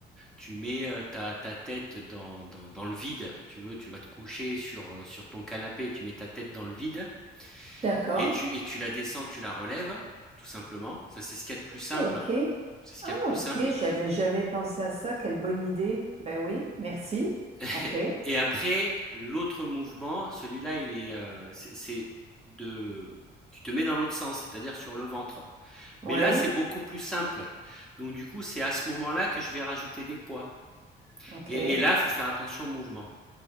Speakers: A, in the centre; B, on the right.
A: tu mets euh, ta, ta tête dans, dans, dans le vide, tu veux, tu vas te coucher sur, euh, sur ton canapé, tu mets ta tête dans le vide,
B: d'accord,
A: et tu, et tu la descends, tu la relèves, tout simplement. Ça, c'est ce qu'il y a de plus simple,
B: ok.
A: hein. C'est ce
B: Ah,
A: qu'il y a de plus
B: ok,
A: simple.
B: j'avais jamais pensé à ça, quelle bonne idée. Ben oui, merci,
A: <laughs>
B: ok,
A: Et après, l'autre mouvement, celui-là, il est, euh, c'est c'est de, tu te mets dans l'autre sens, c'est-à-dire sur le ventre.
B: oui,
A: Mais là, c'est beaucoup plus simple. Donc, du coup, c'est à ce moment-là que je vais rajouter des poids.
B: ok.
A: Et, et là, il faut faire attention au mouvement.